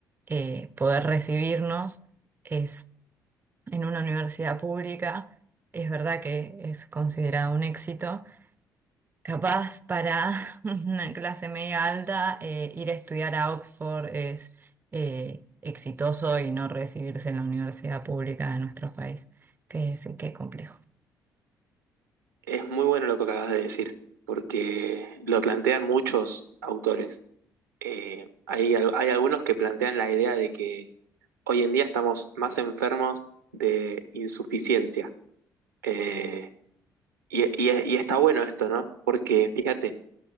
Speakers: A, on the right (about 20°); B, on the right (about 85°).
A: eh, poder recibirnos, es en una universidad pública, es verdad que es considerado un éxito. Capaz para <laughs> una clase media alta, eh, ir a estudiar a Oxford es eh, exitoso y no recibirse en la universidad pública de nuestro país, que sí, qué complejo.
B: Es muy bueno lo que acabas de decir, porque lo plantean muchos autores. Eh, hay, al- hay algunos que plantean la idea de que hoy en día estamos más enfermos de insuficiencia. Eh, y, y- y está bueno esto, ¿no? Porque fíjate,